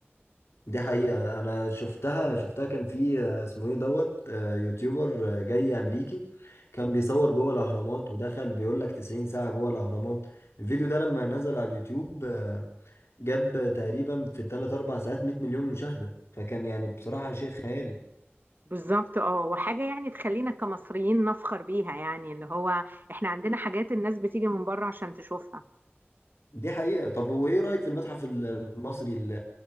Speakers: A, on the left; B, on the right.
A: دي حقيقة أنا شفتها شفتها كان في آه، اسمه إيه دوت آه، يوتيوبر آه، جاي أمريكي كان بيصور جوه الأهرامات ودخل بيقول لك 90 ساعة جوه الأهرامات الفيديو ده لما نزل على اليوتيوب آه، جاب تقريبا في 3 4 ساعات 100 مليون مشاهدة فكان يعني بصراحة شيء خيالي
B: بالظبط اه وحاجة يعني تخلينا كمصريين نفخر بيها يعني اللي هو احنا عندنا حاجات الناس بتيجي من بره عشان تشوفها
A: دي حقيقة طب وإيه رأيك في المتحف ال- المصري ال-